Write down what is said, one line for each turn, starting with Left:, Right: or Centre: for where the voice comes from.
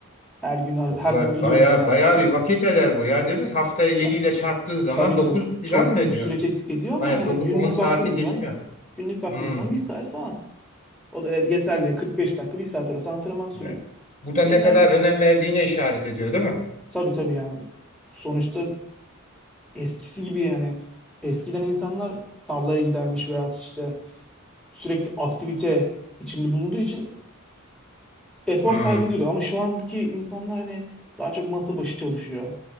Centre: Her gün arada
Left: Vallahi
Centre: her gün gidiyorum
Left: bayağı
Centre: genellikle.
Left: bayağı bir vakit eder bu ya değil mi? Haftaya 7
Centre: Ya
Left: ile çarptığın zaman
Centre: tabii
Left: 9
Centre: tabii
Left: falan
Centre: çok
Left: mı
Centre: büyük
Left: ediyorsun?
Centre: süreç es- ediyor ama
Left: Hayır
Centre: hani
Left: dokuz
Centre: günlük
Left: on saati
Centre: baktığımız
Left: geçiyor.
Centre: zaman günlük baktığımız
Left: Hmm.
Centre: zaman bir saat falan. O da yeterli ya 45 dakika bir saat arası antrenman sürüyor.
Left: Evet. Bu da
Centre: Yeterli.
Left: ne kadar önem verdiğine işaret ediyor, değil mi?
Centre: Tabii tabii yani sonuçta eskisi gibi yani eskiden insanlar tarlaya gidermiş veya işte sürekli aktivite içinde bulunduğu için efor
Left: Hmm.
Centre: sarf ediyordu. Ama şu andaki insanlar hani daha çok masa başı çalışıyor.